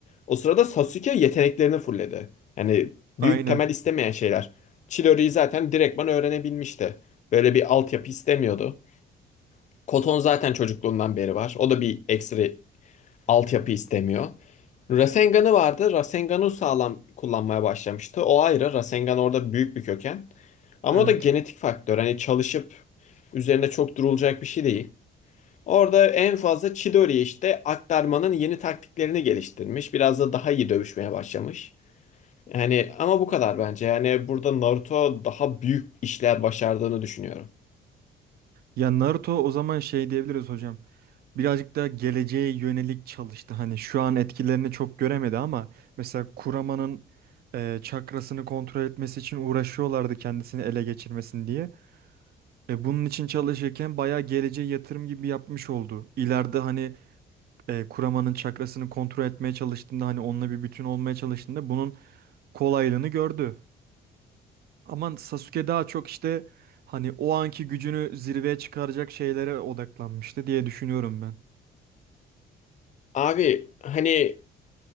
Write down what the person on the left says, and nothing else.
O sırada Sasuke yeteneklerini fulledi. Yani büyük
temel istemeyen şeyler. Chidori'yi zaten direktman öğrenebilmişti. Böyle bir altyapı istemiyordu. Koton zaten çocukluğundan beri var. O da bir ekstra altyapı istemiyor. Rasengan'ı vardı. Rasengan'ı sağlam kullanmaya başlamıştı. O ayrı. Rasengan orada büyük bir köken. Ama
o da genetik faktör. Hani çalışıp üzerinde çok durulacak bir şey değil. Orada en fazla Chidori işte aktarmanın yeni taktiklerini geliştirmiş. Biraz da daha iyi dövüşmeye başlamış. Yani ama bu kadar bence. Yani burada Naruto daha büyük işler başardığını düşünüyorum.
Abi hani